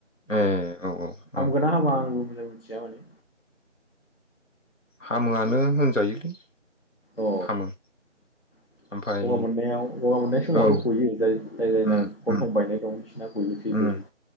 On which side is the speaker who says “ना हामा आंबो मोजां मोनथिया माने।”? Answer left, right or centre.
Left